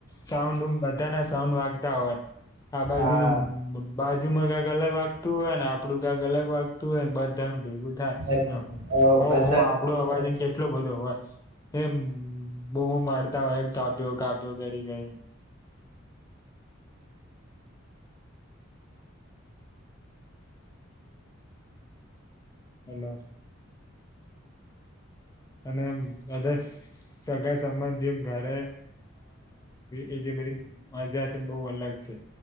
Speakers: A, on the left (about 15°); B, on the right (about 75°).
A: સાઉન્ડ બધા ના સાઉન્ડ વાગતા હોય આા બાજુની
B: હા
A: બાજુમાં કક અલગ વા તું હોય ને આપડું ક્યાંક અલગ વાગતું હોય ને બધા ભેગું થાય
B: બધા બધા
A: હો આપડો
B: બધા
A: અવાજ કેટલો બધો હોય એ બોમો મારતા હોય કાપ્યો કાપ્યો કરી ગયો હેલો અને બધા સગા સંબંધી ઘરે એ જે બધી મજા છે બહુ અલગ છે